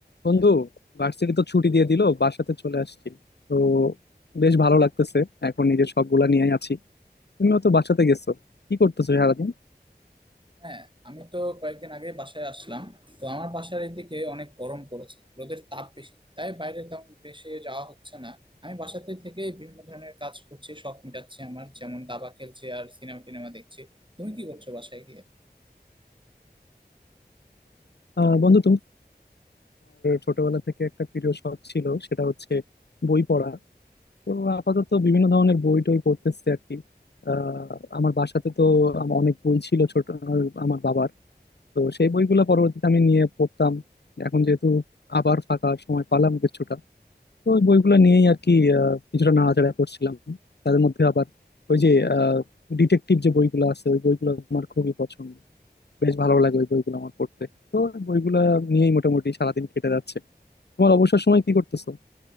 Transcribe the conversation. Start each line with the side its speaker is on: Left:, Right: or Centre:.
Left: বন্ধু ভার্সিটি তো ছুটি দিয়ে দিল বাসাতে চলে আসছি তো বেশ ভালো লাগতেছে এখন নিজের শখগুলা নিয়ে আছি তুমিও তো বাসাতে গেছো কি করতেছো সারাদিন
Right: হ্যাঁ আমি তো কয়েকদিন আগে বাসায় আসলাম তো আমার বাসার এদিকে অনেক গরম পড়েছে রোদের তাপ বেশি তাই বাইরে তেমন বেশি যাওয়া হচ্ছে না আমি বাসাতে থেকে বিভিন্ন ধরনের কাজ করছি শখ মেটাচ্ছি আমার যেমন দাবা খেলছি আর সিনেমা টিনেমা দেখছি তুমি কি করছো বাসায় গিয়ে
Left: আহ, বন্ধু তুমি ছোটবেলা থেকে একটা প্রিয় শখ ছিল সেটা হচ্ছে বই পড়া তো আপাতত বিভিন্ন ধরনের বই টই পড়তেছে আর কি আহ আমার বাসাতে তো আমার অনেক বই ছিল ছোট আহ, আমার বাবার তো সেই বইগুলো পরবর্তীতে আমি নিয়ে পড়তাম এখন যেহেতু আবার ফাঁকা সময় পালাম কিছুটা তো ওই বইগুলো নিয়েই আর কি আহ, কিছুটা নাড়াচাড়া করছিলাম তাদের মধ্যে আবার ওই যে ডিটেকটিভ যে বইগুলো আছে ওই বইগুলো আমার খুবই পছন্দ বেশ ভালো লাগে ওই বইগুলো আমার পড়তে তো ওই বইগুলো নিয়েই মোটামুটি সারাদিন কেটে যাচ্ছে তোমার অবসর সময় কি করতেছো